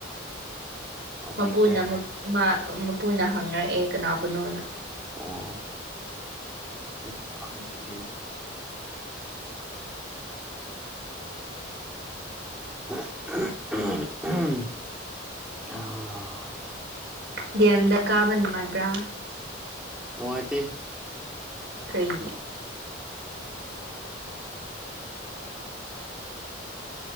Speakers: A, in the centre; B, on the right.
A: ꯑꯣ
B: ꯃꯄꯨꯅ
A: ꯃꯥꯏ ꯒꯣꯗ
B: ꯃꯄꯨꯅ ꯍꯪꯅꯔꯛꯑꯦ ꯀꯅꯥꯕꯨꯅꯣꯅ
A: ꯑꯣ ꯎꯝ ꯑ
B: ꯗꯤ ꯑꯦꯝꯗ ꯀꯥꯕ ꯅꯨꯡꯉꯥꯏꯕ꯭ꯔꯥ
A: ꯅꯨꯡꯉꯥꯏꯇ
B: ꯀꯩꯒꯤꯦ
A: <unintelligible>